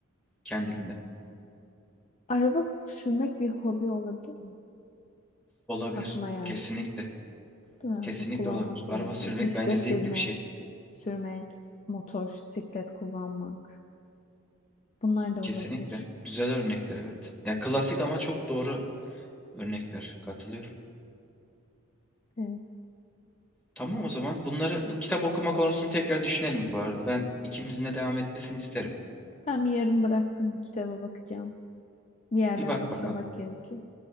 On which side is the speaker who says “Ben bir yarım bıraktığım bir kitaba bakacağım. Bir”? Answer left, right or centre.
Left